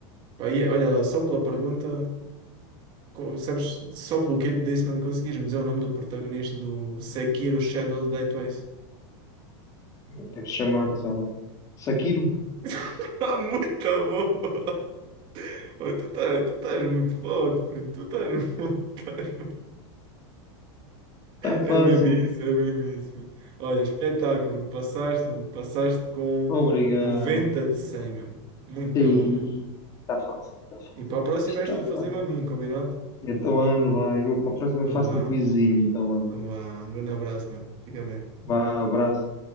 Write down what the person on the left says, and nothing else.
Deve chamar, sei lá. Sakiro?
Está fácil.
Obrigado.
Sim.
Está fácil, está fácil.
Está
fácil.
Então anda, vai. Eu para a próxima
faço
um quizinho, então anda.
Vá, abraço.